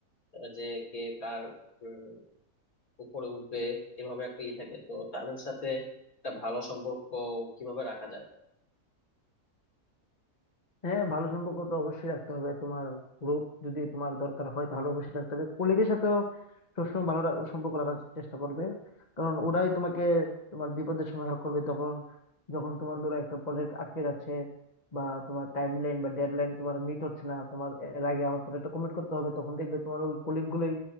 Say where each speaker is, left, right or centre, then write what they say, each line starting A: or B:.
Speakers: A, on the left; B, on the left.
A: আহ, যে কে কার উম, উপরে উঠবে এভাবে একটা ই থাকে তো তাদের সাথে একটা ভালো সম্পর্ক কিভাবে রাখা যায়
B: হ্যাঁ ভালো সম্পর্ক তো অবশ্যই রাখতে হবে তোমার গ্রোথ যদি তোমার দরকার হয় তাহলে অবশ্যই রাখতে হবে কলিগের সাথেও সবসময় ভালো রা- সম্পর্ক রাখার চেষ্টা করবে কারণ ওরাই তোমাকে তোমার বিপদের সময় হেল্প করবে তখন যখন তোমার ধরো একটা প্রজেক্ট আটকে যাচ্ছে বা তোমার টাইম লাইন বা ডেডলাইন তোমার মিট হচ্ছে না তোমার এর আগে আমার প্রজেক্টটা কমপ্লিট করতে হবে তখন দেখবে তোমার ওই কলিগ গুলোই